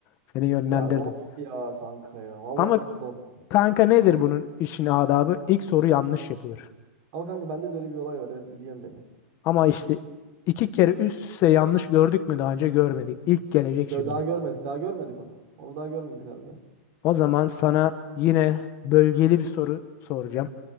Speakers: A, on the left; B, on the right.
A: Seni yönlendirdim.
B: Ya of ya kanka ya. Vallahi
A: Ama
B: kötü oldu.
A: kanka nedir bunun işin adabı? İlk soru yanlış yapılır.
B: Ama kanka bende de öyle bir olay var. Evet biliyorum beni.
A: Ama işte iki kere üst üste yanlış gördük mü daha önce görmedik. İlk gelecek şimdi.
B: Yo, daha görmedik. Daha görmedik onu. Onu daha görmedik harbiden.
A: O zaman sana yine bölgeli bir soru soracağım.